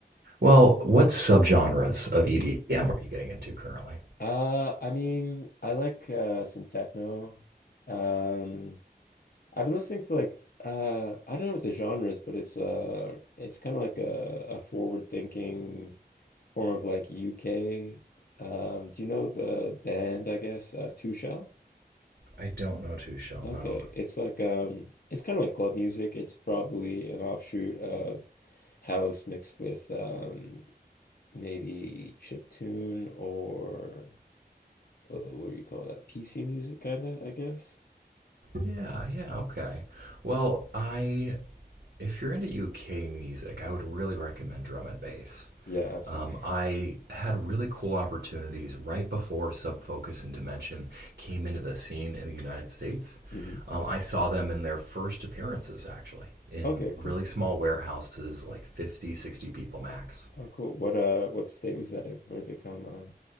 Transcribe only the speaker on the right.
Well, what subgenres of EDM are you getting into currently?
I don't know too shall
know.
Yeah, yeah, okay. Well, I if you're into UK music, I would really recommend drum and bass.
Um, I had really cool opportunities right before Sub Focus and Dimension came into the scene in the United States.
Um, I saw them in their first appearances, actually, in
really small warehouses, like 50, 60 people max.